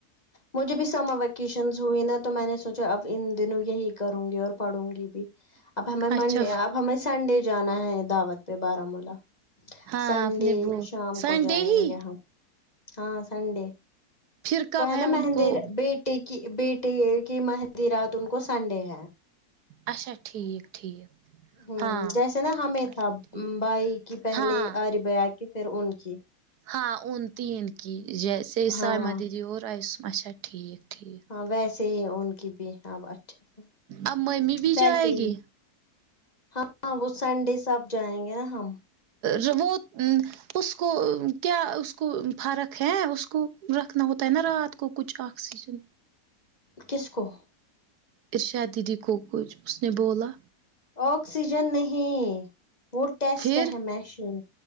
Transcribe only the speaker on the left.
مجھے بھی سمر ویکیشن ہوئی نا تو میں نے سوچا اب ان دنوں یہی کروں گی اور پڑھوں گی بھی اب ہمیں
منڈے اب ہمیں سنڈے جانا ہے دعوت پہ بارمولہ
سنڈے
شام
کو جائیں
گے ہم ہاں سنڈے
ا
مہندی
بیٹے کی بیٹے کی مہندی رات ان کو سنڈے ہے
ہون
جیسے نا ہمیں
تھا
بھائی کی پہلے
آریف بھیا کی پھر ان کی
ہاں
ہاں ویسے ہی ان کی بھی اب اچھے سے
ویسے
ہی ہاں وہ سنڈے سے اب جائیں گے نا ہم
کس کو
آکسیجن نہیں وہ ٹیسٹ
ہے مشین